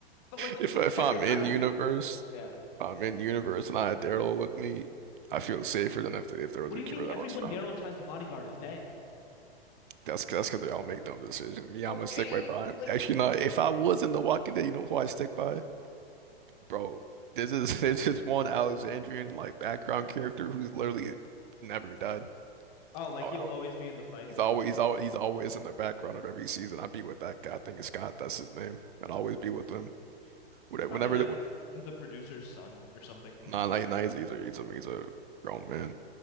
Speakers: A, on the left; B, on the right.
A: But like
B: if if
A: every
B: I'm
A: time,
B: in universe,
A: D- yeah.
B: I'm in universe and I had Daryl with me. I feel safer than if, if there
A: What
B: was a
A: do you
B: cure
A: mean? Everyone
B: that was found.
A: Daryl tries to bodyguard is dead.
B: That's that's because they all make dumb decisions. Me, I'm
A: okay,
B: gonna stick right by
A: but
B: him.
A: like
B: Actually, not. If I was in The Walking Dead, you know who I stick by? Bro, this is <laughs> there's this is one Alexandrian like background character who's literally never died.
A: Oh, like
B: Oh,
A: he'll
B: oh,
A: always be in the fight
B: He's
A: and
B: always
A: make it up.
B: he's always he's always in the background of every season. I'd be with that guy. I think it's Scott. That's his name. I'd always be with him. Whenever,
A: He's probably
B: whenever
A: like
B: the,
A: the producer's son or something,
B: nah, nah, nah, he's, he's a he's a he's a grown man.